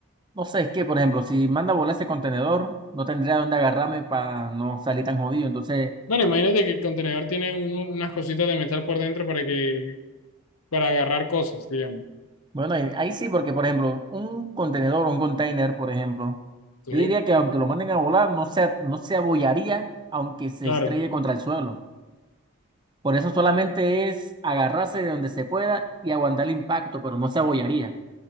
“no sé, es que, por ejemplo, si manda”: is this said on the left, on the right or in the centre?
Right